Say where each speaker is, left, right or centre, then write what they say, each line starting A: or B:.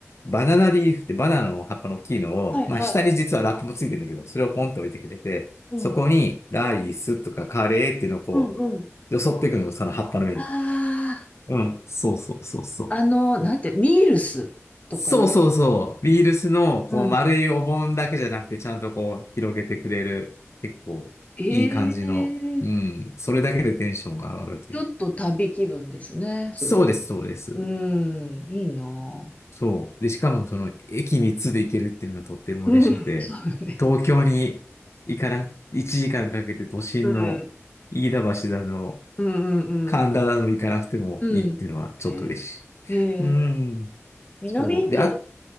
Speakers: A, on the left; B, on the left.
A: バナナリーフってバナナの葉っぱの大きいのを、
B: はい、
A: まあ下に実はラップもついてるんだけど、
B: はい。
A: それをポンと置いてくれて、
B: うん、
A: そこにライスとかカレーっていうのをこ
B: うん、うん。
A: う、よそっていくのがその葉っぱの上に。
B: あ
A: うん、そうそうそうそう。
B: あ、あの、なんて、ミールスとかい、
A: そうそうそう。ビールスの、こう、
B: うん。
A: 丸いお盆だけじゃなくて、ちゃんとこう、広げてくれる、結構、
B: ええ
A: いい感じの、うん、それだけでテンションが上がるという。
B: ちょっと旅気分ですね、それ。
A: そうです、そうです。
B: うーん、いいな
A: そう。で、しかも、その、駅3つで行けるっていうのがとっても嬉しくて、
B: ぁ。うん。そうよね。
A: 東京に行かな、1時間かんかけて都心の、
B: うん。
A: 飯田橋だの、
B: うんうんうん。
A: 神田だの行かなくてもいいっていうのは、
B: うん。
A: ちょっと嬉しい。
B: えー、えー、
A: うん。
B: 南インド、
A: そう。で、あ、